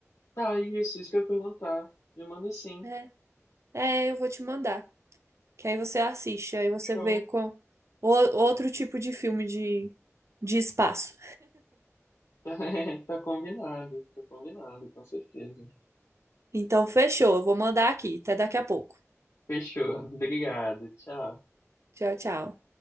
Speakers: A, on the left; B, on the right.
A: Tá, isso, isso que eu ia perguntar. Me manda sim.
B: né? É, eu vou te mandar. Que aí você assiste, aí você
A: Show.
B: vê com o- outro tipo de filme de, de espaço.
A: <laughs> Tá, tá combinado, tá combinado, com certeza.
B: Então, fechou. Eu vou mandar aqui. Até daqui a pouco.
A: Fechou. Obrigado, tchau.
B: Tchau, tchau.